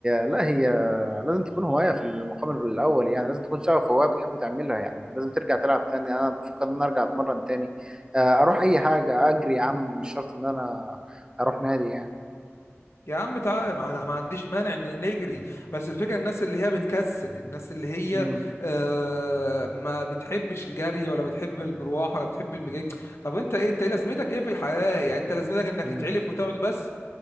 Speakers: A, on the right; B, on the left.
A: لا هي لازم تكون هواية في المقام الأول يعني لازم تكون شغف هواية بتحب تعملها يعني لازم ترجع تلعب تاني أنا بفكر إن أنا أرجع أتمرن تاني آه، أروح أي حاجة أجري يا عم مش شرط إن أنا أروح نادي يعني
B: يا عم تعالى ما انا ما عنديش مانع ان نجري بس الفكره الناس اللي هي بتكسل الناس اللي هي
A: مم.
B: آه ما بتحبش الجري ولا بتحب المروح ولا بتحب المجيء طب انت ايه انت ايه لازمتك ايه في الحياه يعني انت لازمتك انك
A: مم.
B: تتعلف وتقعد بس